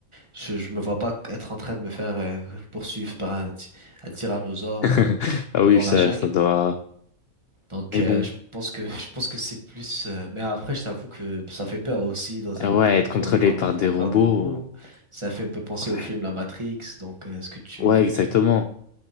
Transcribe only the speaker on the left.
<laughs>
Ah oui,
ça,
ça doit.
Mais
bon,
ah
ouais,
être contrôlé
par des
robots.
euh, Ouais,
ouais, exactement.